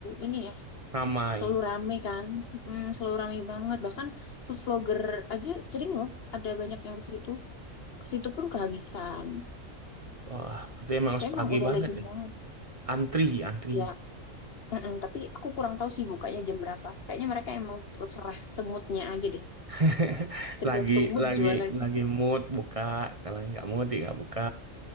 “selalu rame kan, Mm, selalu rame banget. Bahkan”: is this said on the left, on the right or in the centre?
Left